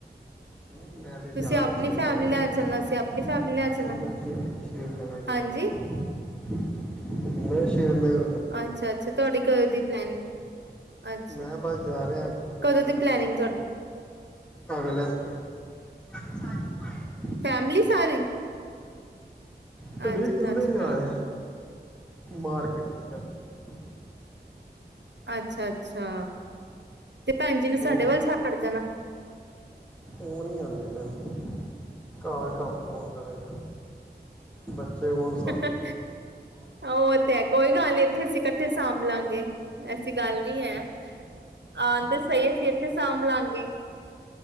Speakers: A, in the centre; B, on the right.
A: ਨਹੀਂ ਮੈਂ ਤੇ
B: ਤੁਸੀਂ
A: ਜਾ
B: ਆਪਣੀ
A: ਰਿਹਾ ਸ਼੍ਰੀਨਗਰ
B: ਫੈਮਲੀ
A: ਜਾਣਾ
B: ਲੈ ਚੱਲਣਾ ਅਸੀਂ ਆਪਣੀ ਫੈਮਿਲੀ ਲੈ ਚਲਾਂ।
A: ਨਹੀਂ ਮੈਂ ਸ਼੍ਰੀ ਸ਼੍ਰੀਨਗਰ ਜਾਣਾ
B: ਹਾਂਜੀ।
A: <inaudible>
B: ਅੱਛਾ ਅੱਛਾ ਤੁਹਾਡੀ ਘਰ ਦੀ ਪਲੈਨ। ਅੱਛਾ,
A: ਮੈਂ ਬਸ ਜਾ ਰਿਹੇ ਅਗਲੇ
B: ਕਦੋਂ ਦੀ
A: ਅਗਲੇ
B: ਪਲੈਨਿੰਗ
A: ਹਫ਼ਤੇ
B: ਤੁਹਾਡੀ?
A: ਅਗਲੇ ਹਫ਼ਤੇ। <unintelligible>
B: ਫੈਮਲੀ ਸਾਰੀ।
A: ਵਹੀ
B: ਅੱਛਾ-ਅੱਛਾ,
A: ਕਲੇ ਜਾ ਰਿ ਮਾਰਕੀਟਿੰਗ ਕਰਨ
B: ਅੱਛਾ ਅੱਛਾ। ਤੇ ਭੈਣ ਜੀ ਨੂੰ ਸਾਡੇ
A: ਹੁਣ
B: ਵੱਲ ਛੜ ਜਾਣਾ।
A: ਉਹ ਨੀਂ ਆਂਦੇ ਪਾਈ ਘਰ ਕੰਮ ਕੌਣ ਕਰੇਗਾ। ਬੱਚੇ ਕੋਲ ਸਾਂਬੇ
B: ਅੱਛਾ।
A: ਗਾ
B: ਉਹ ਤੇ ਹੈ ਕੋਈ ਗੱਲ ਨ੍ਹੀਂ ਇੱਥੇ ਅਸੀਂ ਇਕੱਠੇ ਸਾਂਭ ਲਾਂਗੇ, ਐਸੀ ਗੱਲ ਨੀਂ ਹੈ। ਹਾਂ ਤੇ ਸਹੀ ਅਸੀਂ ਇੱਥੇ ਸਾਂਭ ਲਾਂਗੇ